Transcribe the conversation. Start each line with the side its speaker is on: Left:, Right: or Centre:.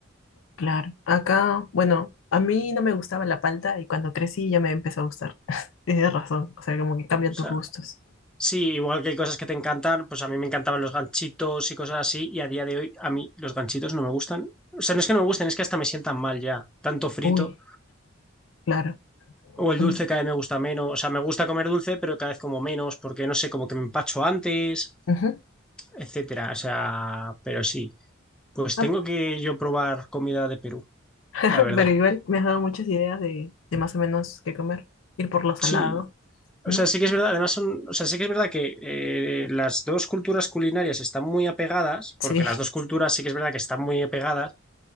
Left: Claro. Acá, bueno, a mí no me gustaba la palta y cuando crecí ya me empezó a gustar. <laughs> Tienes razón, o sea, como que cambian
Centre: O
Left: tus
Centre: sea,
Left: gustos.
Centre: sí, igual que hay cosas que te encantan, pues a mí me encantaban los ganchitos y cosas así, y a día de hoy a mí los ganchitos no me gustan. O sea, no es que no me gusten, es que hasta me sientan mal ya. Tanto frito.
Left: Uy, claro.
Centre: O el
Left: Mm,
Centre: dulce cada vez me gusta menos. O sea, me gusta comer dulce, pero cada vez como menos, porque no sé, como que me empacho antes,
Left: ujú.
Centre: etcétera. O sea, pero sí. Pues
Left: Ah,
Centre: tengo que yo probar comida de Perú,
Left: <laughs>
Centre: la verdad.
Left: pero igual me has dado muchas ideas de, de más o menos qué comer. Ir por lo salado,
Centre: Sí.
Left: ¿no?
Centre: O sea, sí que es verdad, además son, o sea, sí que es verdad que eh, las dos culturas culinarias están muy apegadas,
Left: Sí,
Centre: porque las dos culturas sí que es verdad que están muy apegadas,